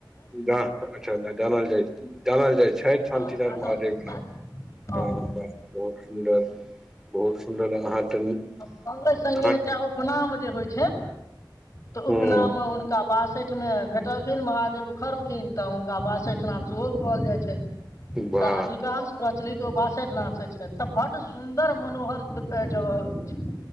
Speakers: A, in the centre; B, on the left.
A: जा अच्छा जानल जाए छैथ जानल जाइ छै शन्तिनाथ
B: हँ जानल
A: महादेव
B: जाइ
A: के नाम
B: छथि हँ
A: ह बाह बहुत सुन्दर बहुत सुन्दर अहाँ तऽ
B: संगे-संगे
A: अहाँ
B: एकटा उपनाम जे होइ छै तऽ उपनाम
A: हँ
B: मऽ हुनका बासैठ मे भेटलखिन महादेव उखड़लखिन तऽ हुनका बासैठनाथ सेहो कहल जाइ छैन।
A: वाह
B: तऽ अधिकांश प्रचलित ओ बासठि नाथे ‌छै तऽ बड्ड सुंन्दर मनोहर जगह अइछ